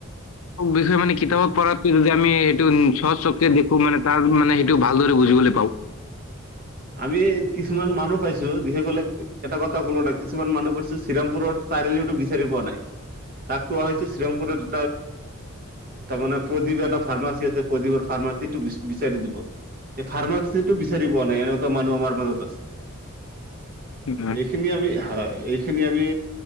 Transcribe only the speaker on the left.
বিষয়ে মানে কিতাপত পঢ়াতকৈ যদি আমি টো চ চকুৰে দেখো মানে তাৰ মানে সেইটো ভালদৰে বুজিবলৈ পাওঁ।
উম,